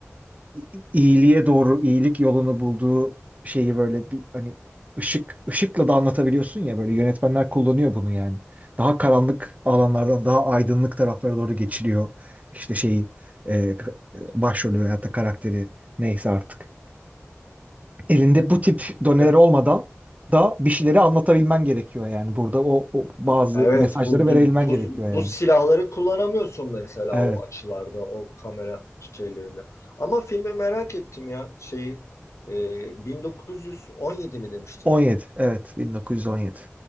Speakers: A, on the right (about 30°); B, on the left (about 75°).
A: i- iyiliğe doğru, iyilik yolunu bulduğu şeyi böyle bir hani ışık ışıkla da anlatabiliyorsun ya böyle yönetmenler kullanıyor bunu yani. Daha karanlık alanlardan
B: Hı hı,
A: daha aydınlık taraflara doğru geçiliyor işte şeyi e, k- e, başrolü veyahut da karakteri neyse artık. Elinde
B: hı hı.
A: bu tip doneler
B: Ya,
A: olmadan da bir şeyleri anlatabilmen gerekiyor yani. Burada o, o bazı
B: evet
A: mesajları
B: bu,
A: verebilmen
B: bu, bu,
A: gerekiyor
B: bu
A: yani.
B: silahları kullanamıyorsun mesela
A: Evet.
B: o açılarda, o kamera şeylerinde. Ama filmi merak ettim ya şeyi. Ee, 1917 mi demiştin?
A: 17. Evet, 1917.